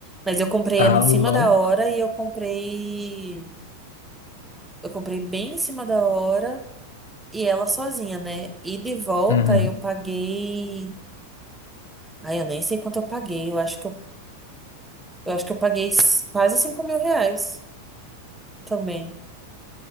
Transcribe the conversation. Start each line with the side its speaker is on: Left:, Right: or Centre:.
Centre: Mas eu comprei
Left: Tá
Centre: ela em cima
Left: louco.
Centre: da hora e eu comprei. Eu comprei bem em cima da hora. E ela sozinha, né? E de volta
Left: Uhum.
Centre: eu paguei. Ai, eu nem sei quanto eu paguei. Eu acho que eu, eu acho que eu paguei s- quase 5 mil reais também.